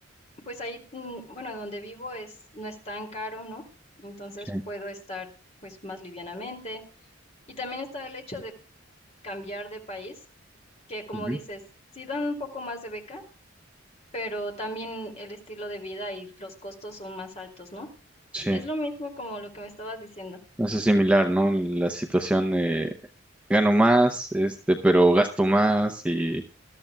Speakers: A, on the left (about 30°); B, in the centre.
A: pues ahí, mm, bueno, donde vivo es, no es tan caro, ¿no? Entonces
B: sí.
A: puedo estar pues más livianamente. Y también está el hecho de cambiar de país, que como
B: ujú,
A: dices, sí dan un poco más de beca pero también el estilo de vida y los costos son más altos, ¿no?
B: Sí,
A: Es lo mismo como lo que me estabas diciendo.
B: eso es similar, ¿no? La situación, eh, gano más, este, pero gasto más y